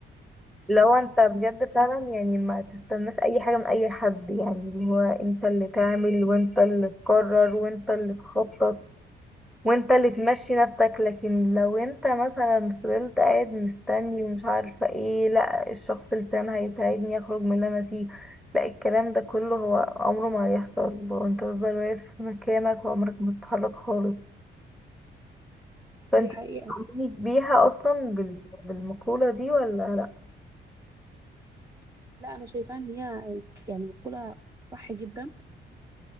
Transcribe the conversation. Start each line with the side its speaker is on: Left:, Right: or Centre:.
Centre: لو انت بجد فعلا يعني ما تستناش اي حاجة من اي حد يعني اللي هو انت اللي تعمل وانت اللي تقرر وانت اللي تخطط وانت اللي تمشي نفسك لكن لو انت مثلا فضلت قاعد مستني ومش عارفة ايه لا الشخص اللي كان هيساعدني اخرج من اللي انا فيه لا الكلام ده كله هو عمره ما هيحصل لو انت تفضل واقف في مكانك وعمرك ما تتحرك خالص فانت
Right: دي حقيقة
Centre: بتؤمني بيها اصلا بال- بالمقولة دي ولا لا؟
Right: لا أنا شايفة إن هي يعني مقولة صح جدا